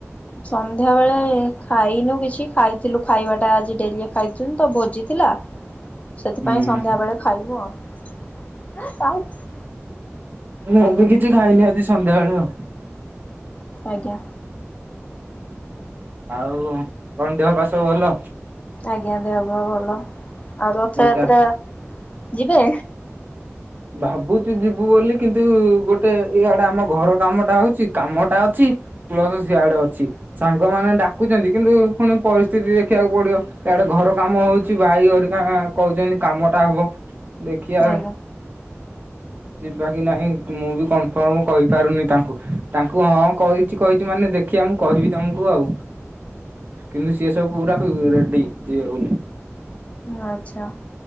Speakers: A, on the left; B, on the right.
A: ସନ୍ଧ୍ୟା ବେଳେ ଖାଇନୁ କିଛି ଖାଇଥିଲୁ ଖାଇବା ଟା ଆଜି ଡେରିରେ ଖାଇଥିଲୁ ତ ଭୋଜି ଥିଲା ସେଥିପାଇଁ
B: ହୁଁ
A: ସନ୍ଧ୍ୟା ବେଳେ ଖାଇନୁ ଆଉ। <unintelligible>
B: ମୁଁ
A: ଆଜ୍ଞା
B: ବି କିଛି ଖାଇନି ଆଜି ସନ୍ଧ୍ୟାବେଳୁ ଆଉ।
A: ଆଜ୍ଞା।
B: ଆଉ କଣ ଦେହ ପା ସବୁ ଭଲ?
A: ଆଜ୍ଞା, ଦେହ ପା ଭଲ। ଆଉ, ରଥଯାତ୍ରା
B: ଏଇଟା
A: ଯିବେ?
B: ଭାବୁଛୁ ଯିବୁ ବୋଲି କିନ୍ତୁ ଗୋଟେ ଇଆଡେ ଆମ ଘର କାମଟା ହଉଛି କାମଟା ଅଛି ପ୍ଲସ ସିଆଡେ ଅଛି ସାଙ୍ଗମାନେ ଡାକୁଛନ୍ତି କିନ୍ତୁ ପୁଣି ପରିସ୍ଥିତି ଦେଖିବାକୁ ପଡିବ। ଆଡେ ଘର କାମ ହଉଛି ଭାଇ ହରିକା କହିଚନ୍ତି କାମ ଟା ହବ ଦେଖିବା
A: ଆଜ୍ଞା
B: ଯିବା କି ନାହିଁ ମୁଁ ବି କନଫର୍ମ କହିପାରୁନି, ତାଙ୍କୁ ତାଙ୍କୁ ହଁ କହିଛି କହିଛି ମାନେ ଦେଖିବା ମୁଁ କହିବି ତମକୁ ଆଉ। କିନ୍ତୁ ସିଏ ସବୁ ପୁରା ପୁ ରେଡି ଯିବେ ବୋଲି।
A: ଆଛା